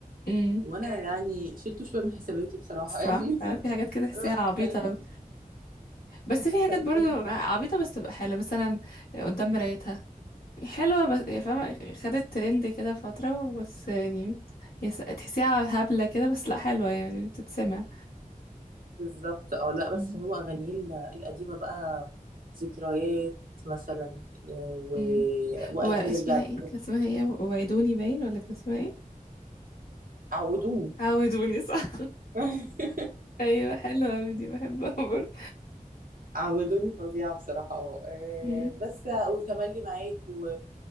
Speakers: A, on the left; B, on the right.
A: أمم.
B: وأنا يعني شلته شوية من حساباتي بصراحة
A: صح
B: <laughs> يعني
A: آه، في حاجات
B: <laughs>
A: كده تحسيها
B: لا،
A: عبيطة
B: خليني
A: بس في حاجات
B: خليني
A: برضو عبيطة بس تبقى حلوة مثلا قدام مرايتها حلوة بس يا فاهمة خدت ترند كده فترة بس يعني هي س- تحسيها هبلة كده بس لا حلوة يعني بتتسمع
B: بالظبط اه لا بس
A: مم.
B: هو اغانيه ال- القديمه بقى ذكريات مثلا آه، و...
A: مم.
B: وادي
A: واسمها
B: يرجع تاني.
A: ايه كان اسمها ايه وعدوني باين ولا كان اسمها ايه
B: عودوني
A: عودوني صح
B: <laughs>
A: <laughs> ايوه حلوة اوي دي بحبها برضه
B: عودوني فظيعه بصراحه اه آه،
A: مم.
B: بس وتملي معاك و...